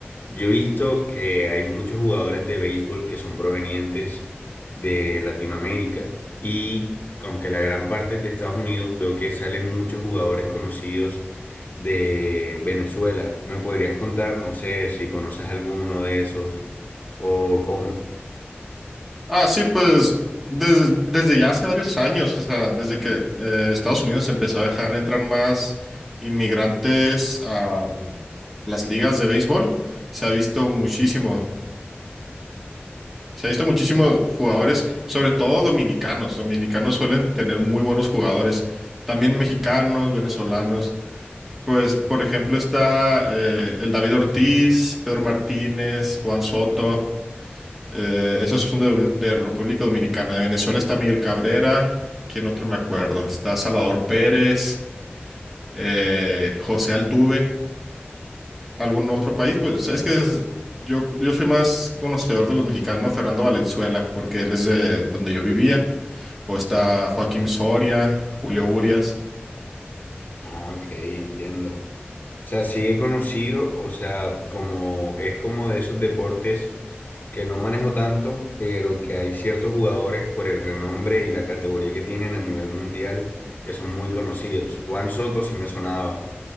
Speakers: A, on the left (about 50°); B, in the centre.
A: Yo he visto que hay muchos jugadores de béisbol que son provenientes de Latinoamérica y aunque la gran parte es de Estados Unidos, veo que salen muchos jugadores conocidos de Venezuela. ¿Me podrías contar, no sé, si conoces alguno de esos o cómo?
B: Ah, sí, pues des- desde ya hace varios años, o sea, desde que eh, Estados Unidos empezó a dejar entrar más inmigrantes a las ligas de béisbol, se ha visto muchísimo. Se ha visto muchísimos jugadores, sobre todo dominicanos. Dominicanos suelen tener muy buenos jugadores. También mexicanos, venezolanos. Pues, por ejemplo, está eh, el David Ortiz, Pedro Martínez, Juan Soto. eh, esos son de, de República Dominicana. De Venezuela está Miguel Cabrera. ¿Quién otro me acuerdo? Está Salvador Pérez, eh, José Altuve algún otro país, pues es que es- yo, yo soy más conocedor de los mexicanos, ¿no? Fernando Valenzuela, porque él es de donde yo vivía, o está Joaquín Soria, Julio Urias,
A: Ah, ok, entiendo. O sea, sí he conocido, o sea, como es como de esos deportes que no manejo tanto, pero que hay ciertos jugadores por el renombre y la categoría que tienen a nivel mundial que son muy conocidos. Juan Soto sí me sonaba.